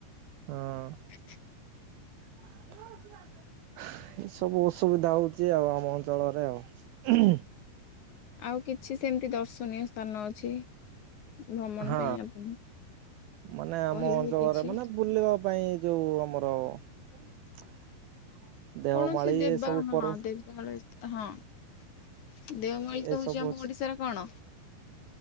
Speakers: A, on the right; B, on the left.
A: ହଁ।
B: <inaudible>
A: <inaudible> ଏ ସବୁ ଅସୁବିଧା ହଉଛି ଆଉ ଆମ ଅଞ୍ଚଳରେ ଆଉ।
B: ଆଉ କିଛି ସେମତି ଦର୍ଶନୀୟ ସ୍ଥାନ ଅଛି ଭ୍ରମଣ
A: ହଁ
B: ପାଇଁ ଆପଣ
A: ମାନେ ଆମ
B: କହିବେ
A: ଅଞ୍ଚଳରେ
B: କିଛି?
A: ମାନେ ବୁଲିବା ପାଇଁ ଯୋଉ ଆମର <inaudible> ଦେଓମାଳି
B: କୌଣସି ଦେବା
A: ଏ ସବୁ
B: ହଁ
A: ପର୍ବ
B: ଦେ <unintelligible> ହଁ। ଦେଓମାଳୀ ତ
A: ଏ ସବୁ
B: ହଉଚି ଆମ
A: ଅଛି
B: ଓଡିଶାର କଣ?